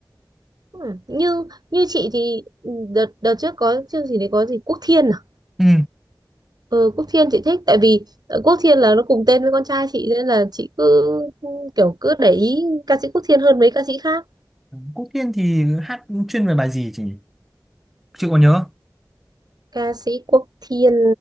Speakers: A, on the right; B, in the centre.
A: ừ. như như chị thì đợt đợt trước có chương trình đấy có gì Quốc Thiên à
B: ừ.
A: ừ, Quốc Thiên chị thích tại vì ờ, Quốc Thiên là nó cùng tên với con trai chị nên là chị cứ ừ, kiểu cứ để ý ca sĩ Quốc Thiên hơn mấy ca sĩ khác
B: Quốc Thiên thì hát chuyên về bài gì chị chị có nhớ không?
A: ca sĩ Quốc Thiên